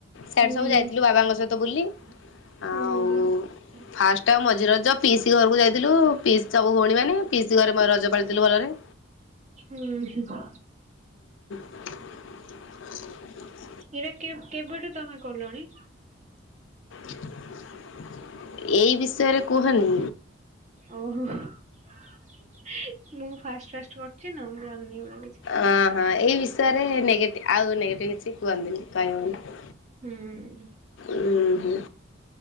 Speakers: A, on the left; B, on the right.
A: ସେଠ
B: ହୁଁ
A: ସବୁ ଯାଇଥିଲୁ ବାବାଙ୍କ ସହିତ ବୁଲି।
B: ହୁଁ।
A: ଆଉ ଫାଷ୍ଟ ଟ ମଝିରେ ରଜ ପିସି ଘରକୁ ଯାଇଥିଲୁ। ପିସି ସବୁ ଭଉଣୀ ମାନେ ପିସି ଘରେ ରଜ ପାଳିଥିଲୁ ଭଲରେ।
B: ଉଁ ହୁଁ।
A: <inaudible>
B: ଏଇଟା କେ କେବେଠୁ ତମେ କଲଣି
A: <inaudible> ଏଇ ବିଷୟରେ କୁହନି।
B: ଓହୋ ମୁଁ ଫାଷ୍ଟ ଫାଷ୍ଟ କରୁଛି ନା ଜାଣିନି ଏଗୁଡା କିଛି।
A: ହଁ। ହଁ ଏଇ ବିଷୟରେ ଆଉ କିଛି କୁହନ୍ତିନି କହି ହନି
B: ହୁଁ
A: ଉ ହୁଁ।